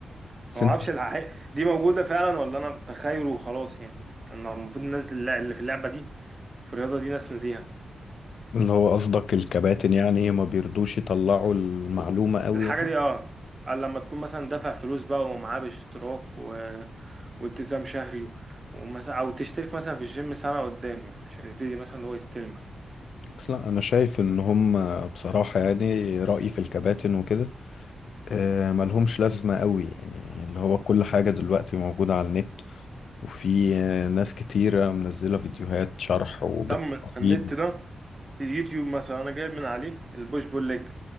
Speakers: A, on the left; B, on the right.
A: بس
B: فما
A: أنت
B: أعرفش الحقيقة دي موجودة فعلا ولا أنا بتخيل وخلاص يعني أنا المفروض الناس اللي اللي في اللعبة دي في الرياضة دي ناس نزيهة
A: اللي هو قصدك الكباتن يعني ما بيرضوش يطلعوا المعلومة قوي
B: الحاجة دي اه قال لما تكون مثلا دافع فلوس بقى ومعاه باشتراك و... والتزام شهري ومثلا أو تشترك مثلا في الجيم سنة قدام يعني عشان يبتدي مثلا هو يستلمك
A: بس لا انا شايف ان هم بصراحة يعني رأيي في الكباتن وكده آه، ملهمش لازمة قوي يعني اللي هو كل حاجة دلوقتي موجودة على النت وفي آه، ناس كتيرة منزلة فيديوهات شرح وبالتفصيل
B: طب ما النت ده اليوتيوب مثلا انا جايب من عليه البوش بول ليج